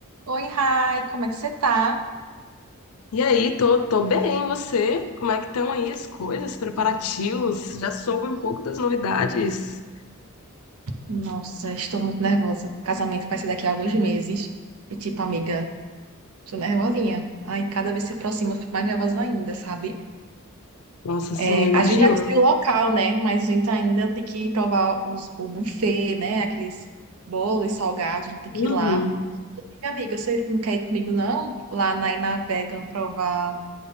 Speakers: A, on the right (about 80°); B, on the left (about 80°).
A: Oi, Rai, como é que você tá?
B: E aí, tô, tô bem, e você? Como é que estão aí as coisas, preparativos? Já soube um pouco das novidades?
A: Nossa, estou muito nervosa. Casamento vai ser daqui a alguns meses. E, tipo, amiga, tô nervosinha. Ai, cada vez que se aproxima, eu fico mais nervosa ainda, sabe?
B: Nossa,
A: É,
B: assim, eu imagino.
A: a gente já decidiu o local, né? Mas a gente ainda tem que provar os, o buffet, né? Aqueles bolos salgados, a gente tem que
B: Uhum.
A: ir lá. E, amiga, você não quer ir comigo, não? Lá na Inavegan provar